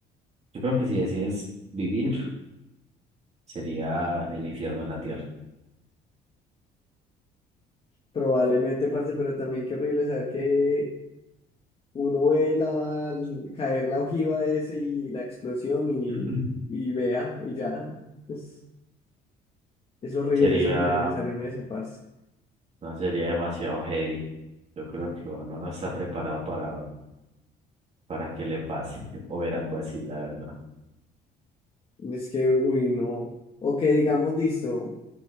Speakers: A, on the right (about 40°); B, on the left (about 35°).
A: yo creo que si decides vivir, sería el infierno en la tierra.
B: Probablemente, parce, pero también qué horrible saber que uno ve la, caer la ojiva ese y la explosión y,
A: <clears throat>
B: y vea, y ya. Es, es horrible,
A: Sería,
B: es horrible pensar en eso, parce.
A: no sería demasiado heavy. Yo creo que uno no está preparado para, para que le pase <laughs> o ver algo así, la verdad.
B: Es que, uy, no. O que digamos, listo,